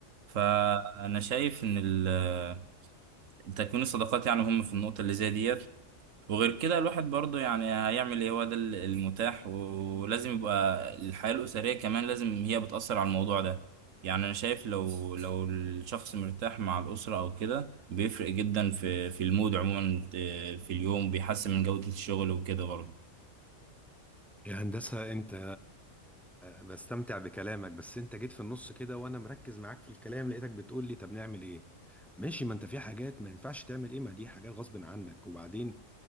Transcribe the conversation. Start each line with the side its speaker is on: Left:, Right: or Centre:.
Right: فانا شايف ان ال- تكوين الصداقات يعني هم في النقطه اللي زي ديت وغير كده الواحد برضه يعني هيعمل ايه هو ده ال- المتاح ولازم يبقى الحياة الأسرية كمان لازم هي بتأثر على الموضوع ده يعني أنا شايف لو لو الشخص مرتاح مع الأسرة أو كده بيفرق جدا في في المود عموما آه، في اليوم بيحسن من جودة الشغل وكده برضه
Centre: يا هندسة أنت بستمتع بكلامك بس أنت جيت في النص كده وأنا مركز معاك في الكلام لقيتك بتقول لي طب نعمل إيه؟ ماشي ما أنت في حاجات ما ينفعش تعمل إيه ما دي حاجات غصب عنك وبعدين